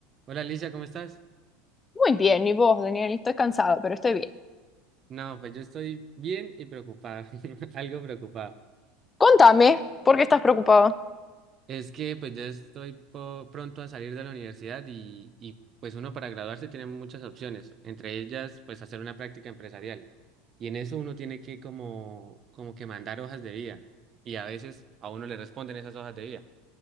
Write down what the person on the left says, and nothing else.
Muy bien, y vos, Daniel, estoy cansado, pero estoy bien.
Contame, ¿por qué estás preocupado?